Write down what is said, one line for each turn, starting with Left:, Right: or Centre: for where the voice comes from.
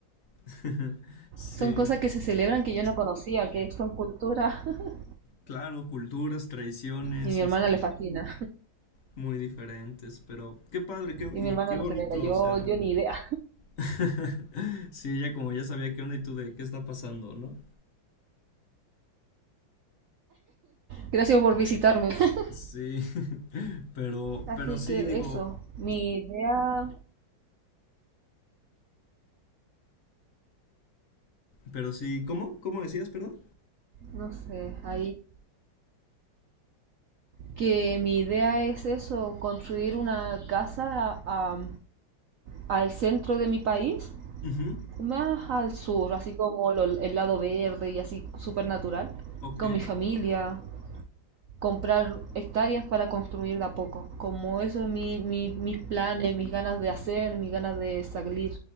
Left: <laughs> Sí,
Right: Son cosas que se celebran que yo no conocía, que son cultura <laughs>
Left: claro, culturas, tradiciones,
Right: y mi hermana
Left: este,
Right: le fascina
Left: muy diferentes, pero qué padre, qué,
Right: y
Left: y
Right: mi hermana
Left: qué
Right: lo
Left: bonito,
Right: celebra. Yo,
Left: o sea.
Right: yo ni idea.
Left: <laughs> Sí, ella como ya sabía qué onda y tú de qué está pasando, ¿no?
Right: Gracias por visitarme. <laughs>
Left: Sí, <laughs> pero,
Right: Así
Left: pero sí,
Right: que
Left: digo,
Right: eso, mi idea,
Left: pero sí, ¿cómo? ¿Cómo decías, perdón?
Right: no sé, ahí que mi idea es eso, construir una casa a- a- al centro de mi país,
Left: Ujú,
Right: más al sur, así como lo- el lado verde y así súper natural,
Left: Ok.
Right: con mi familia, comprar hectáreas para construir de a poco. Como eso es mi, mi, mis planes, mis ganas de hacer, mis ganas de salir